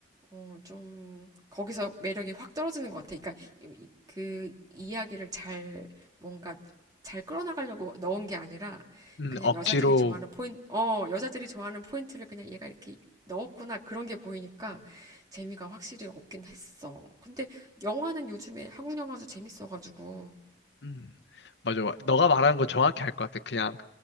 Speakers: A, on the right; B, on the left.
A: 어, 좀, 거기서 매력이 확 떨어지는 것 같아. 그러니까, 이- 이- 그 이야기를 잘, 뭔가, 잘 끌어나가려고 넣은 게 아니라,
B: 음,
A: 그냥
B: 억지로
A: 여자들이 좋아하는 포인트, 어, 여자들이 좋아하는 포인트를 그냥 얘가 이렇게 넣었구나. 그런 게 보이니까, 재미가 확실히 없긴 했어. 근데, 영화는 요즘에 한국 영화도 재밌어가지고,
B: 음, 맞아. 너가 말하는 거 정확히 알 것 같아. 그냥